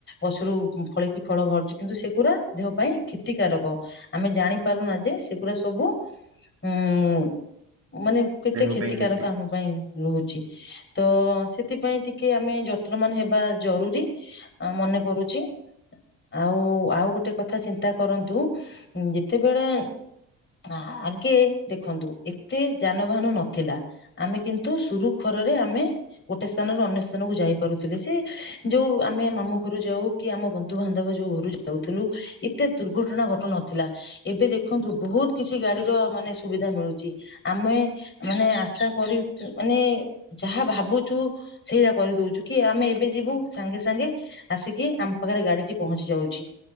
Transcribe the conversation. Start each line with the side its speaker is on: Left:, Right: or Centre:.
Left: ଗଛରୁ ଫଳେଇକି ଫଳ ବାହାରୁଛି କିନ୍ତୁ ସେଗୁରା ଦେହ ପାଇଁ କ୍ଷତି କାରକ। ଆମେ ଜାଣି ପାରୁନା ଯେ ସେଗୁଡା ସବୁ ଉଁ ମାନେ କେତେ
Right: ଦେହ
Left: କ୍ଷତିକାରକ
Right: ପାଇଁ କ୍ଷତି
Left: ଆମ ପାଇଁ ରହୁଛି। ତ ସେଥିପାଇଁ ଟିକେ ଆମେ ଯତ୍ନବାନ ହେବା ଜରୁରୀ। ଆ ମନେ କରୁଛି ଆଉ ଆଉ ଗୋଟେ କଥା ଚିନ୍ତା କରନ୍ତୁ ଯେତେବେଳେ ହଁ <unintelligible> କେ ଦେଖନ୍ତୁ ଏତେ ଯାନବାହାନ ନଥିଲା ଆମେ କିନ୍ତୁ ସୁରୁଖରରେ ଆମେ ଗୋଟେ ସ୍ଥାନରୁ ଅନ୍ୟ ସ୍ଥାନକୁ ଯାଇ ପାରୁଥିଲେ ସେ ଯୋଉ ଆମେ ମାମୁ ଘରୁ ଯାଉ କି ଆମ ବନ୍ଧୁବାନ୍ଧବ ଯୋଉ ଘରୁ ଦଉଥିଲୁ ଏତେ ଦୁର୍ଘଟଣା ଘଟୁନଥିଲା ଏବେ ଦେଖନ୍ତୁ ବହୁତ କିଛି ଗାଡିର ମାନେ ସୁବିଧା ମିଳୁଛି ଆମେ ମାନେ ଆଶା କରି ମାନେ ଯାହା ଭାବୁଛୁ ସେଇଟା କରିଦଉଛୁ କି ଆମେ ଏବେ ଯିବୁ ସାଙ୍ଗେ ସାଙ୍ଗେ ଆସିକି ଆମ ପାଖରେ ଗାଡି ଟି ପହଞ୍ଚି ଯାଉଛି।